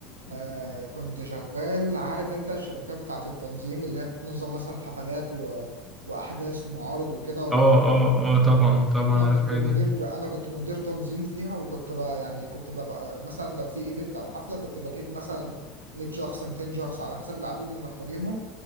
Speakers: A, on the right (about 80°); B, in the centre.
A: آه كنت شغال عارف أنت الشركات بتاعة التنظيم اللي هي بتنظم مثلا حفلات و... وأحداث ومعارض وكده
B: اه اه اه طبعا طبعا
A: انا
B: عارف
A: كنت
B: الحاجة
A: مدير
B: دي
A: انا كنت مدير تنظيم فيها وكنت بقى يعني كنت بقى مثلا لو في ايفنت او حفله كنت بجيب مثلا 100 شخص 200 شخص على حسب العدد اللي محتاجينهم